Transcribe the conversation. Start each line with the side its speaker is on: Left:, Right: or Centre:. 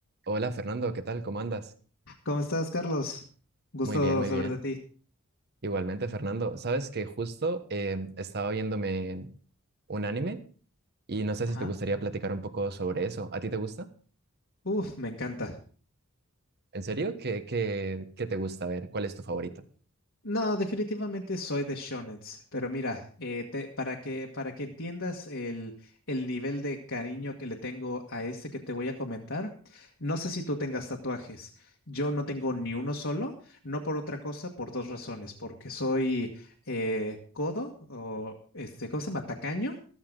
Right: Hola Fernando, ¿qué tal? ¿Cómo andas?
Left: ¿Cómo estás, Carlos? Gusto
Right: Muy bien, muy
Left: saber
Right: bien.
Left: de ti.
Right: Igualmente, Fernando, sabes que justo eh, estaba viéndome un anime y no sé
Left: Ajá.
Right: si te gustaría platicar un poco sobre eso. ¿A ti te gusta?
Left: Uf, me encanta.
Right: ¿En serio? ¿Qué, qué, qué te gusta A ver? ¿Cuál es tu favorito?
Left: No, definitivamente soy de shonens, pero mira, eh, te- para que, para que entiendas el, el nivel de cariño que le tengo a este que te voy a comentar, no sé si tú tengas tatuajes. Yo no tengo ni uno solo, no por otra cosa, por dos razones, porque soy eh, codo o este, ¿cómo se llama? Tacaño